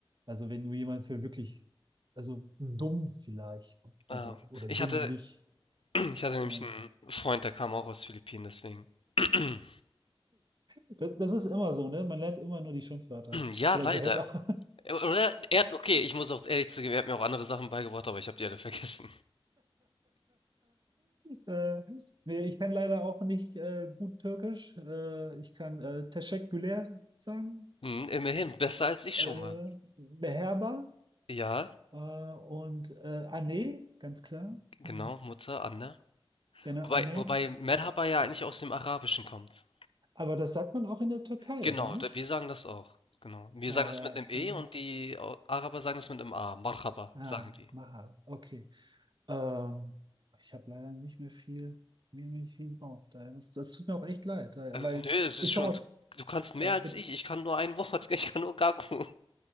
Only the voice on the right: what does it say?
Also wenn du jemanden für wirklich, also dumm vielleicht,
also oder
dümmlich.
Ja.
Das, das ist immer so, ne? Man lernt immer nur die Schimpfwörter.
Oder
behält auch. <laughs>
äh, nee, ich kann leider auch nicht äh, gut Türkisch. Äh, ich kann äh, Teşekkürler sagen.
Äh,
Beherber.
Äh, und äh, Anne, ganz klar.
Äh,
gerne
Anne.
Ja.
Aber das sagt man auch in der Türkei,
oder nicht?
Daher,
ähm,
ah,
Maha, okay. Ähm, ich habe leider nicht mehr viel, mir nicht viel drauf. Daher, das, das tut mir auch echt leid, daher,
weil
ich
komme aus,
ja, bitte,